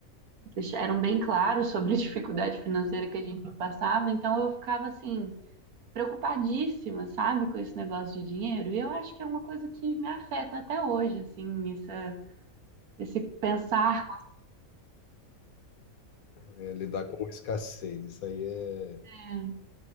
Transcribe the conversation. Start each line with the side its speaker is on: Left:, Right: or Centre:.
Right: deixa- eram bem claros sobre a <laughs> dificuldade financeira que a gente passava, então eu ficava assim, preocupadíssima, sabe, com esse negócio de dinheiro. E eu acho que é uma coisa que me afeta até hoje, assim, essa, esse pensar.
Left: É, é lidar com escassez, isso aí é,
Right: né,